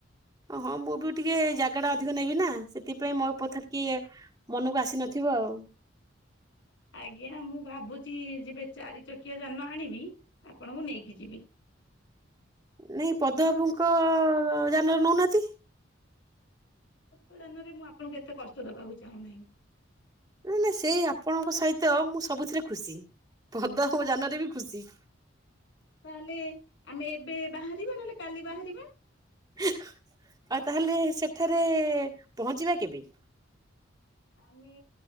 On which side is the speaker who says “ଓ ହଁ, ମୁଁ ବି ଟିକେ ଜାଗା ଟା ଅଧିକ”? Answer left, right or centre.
Right